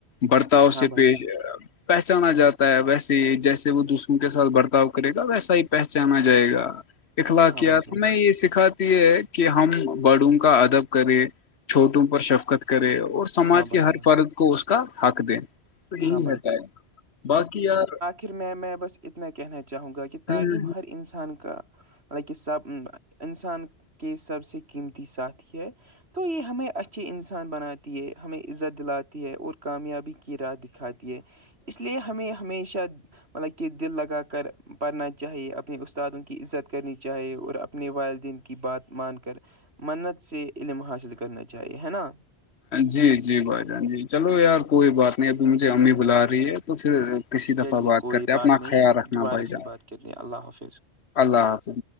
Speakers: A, on the left; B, on the right.
A: برتاؤ
B: ہاں
A: سے
B: بھائی
A: پیش
B: جان
A: پہچانا جاتا ہے ویسے ہی جیسے وہ دوسروں کے ساتھ برتاؤ کرے گا ویسا ہی پہچانا جائے گا اخلاق
B: ہاں
A: کیا
B: بھائی جان
A: نے یہ سیکھا کہ ہم بڑوں کا ادب کرے چھوٹوں پر شفقت کرے اور سماج
B: ہاں بھائی
A: کے ہر
B: جان
A: فرد کو اس کا حق دے تو یہی
B: ہاں
A: رہتا ہے باقی یار
B: پھر میں میں بس اتنا کہنا چاہوں گا کہ تعلیم
A: ہوں
B: ہر انسان کا مطل کہ سب انسان کے سب سے قیمتی سات ہی ہے تو یہ ہمیں اچھے انسان بناتی ہے ہمیں عزت دلاتی ہے اور کامیابی راہ دکھاتی ہے اس لیے ہمیں ہمیشہ مطلب کہ دل لگا کر پڑھنا چاہیے اپنے استادوں کی عزت کرنی چاہی اور اپنے والدین کی بات مان کر منت سے علم حاصل کرنا چاہیے ہے نا
A: جی جی بھائی جان جی چلو یار کوئی بات نہیں ابھی مجھے امی بلا رہی ہے تو پھر کسی
B: چلیے
A: دفعہ بات
B: کوئی
A: کرتے اپنا
B: نہیں
A: خیال رکھنا
B: دوبارہ
A: بھائی جان
B: سے بات کرتے ہیں اللہ حافظ
A: اللہ حافظ